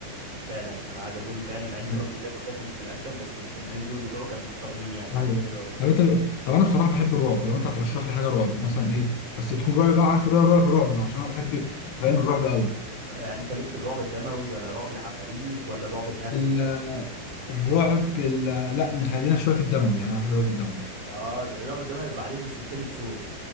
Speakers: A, on the right (about 50°); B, on the left (about 75°).
A: فعلا انا عجبوني فعلا مع اني
B: فاهم
A: برضو زي ما قلت لك ماليش في الاكشن بس الفيلمين دول بتوعه كانوا محترمين يعني معمولين
B: ايوه
A: حلو قوي
B: طب انت طب انا بصراحه بحب الرعب لو انت هترشح لي حاجه رعب مثلا ايه بس تكون رعب بقى عارف الرعب رعب رعب بقى عشان انا بحب فاهم الرعب قوي
A: يعني انت ليك في الرعب الدموي ولا رعب العفاريت ولا الرعب النفسي
B: ال- الرعب ال- لا نخلينا شويه في الدموي يعني انا بحب الرعب الدموي
A: اه الرعب الدموي بيبقى عليك بسلسلة سو